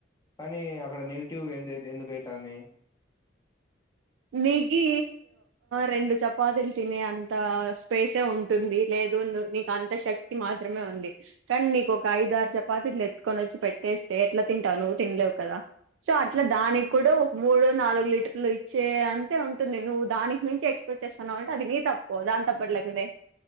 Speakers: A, on the left (about 20°); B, on the right (about 80°).
A: కనీ అక్కడ నెగిటివ్ ఎందె ఎందుకయితాందది
B: మీకి రెండు చపాతీలు తినే అంత స్పేసే ఉంటుంది లే లేగువుళ్లు నీకు అంత శక్తి మాత్రమే ఉంది, కనీ నీకు ఒక ఐదరు చపాతిలు ఎత్తుకొనొచ్చి పెట్టేస్ తె ఎట్ల తింటావు నువ్వు తినలేవు కదా సో అట్లా దానిక్కుడ ఒక మూడో నాలుగు లీటర్లు ఇచ్ చ్చే అంతే ఉంటుంది నువ్వు దానికి మించి ఎక్స్పెక్ట్ చేస్తున్నావంటే అది నీ తప్పు దాని తప్పేట్లైతుంది